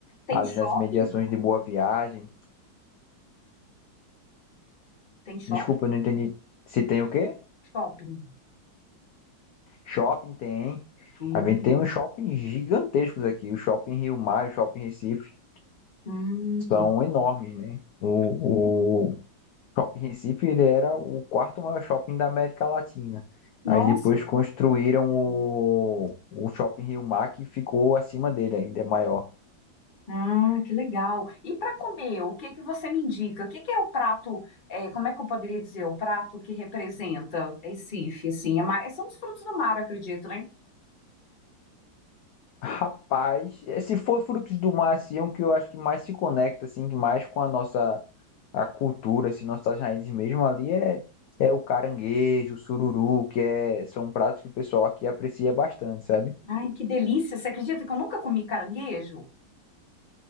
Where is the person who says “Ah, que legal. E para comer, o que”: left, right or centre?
Left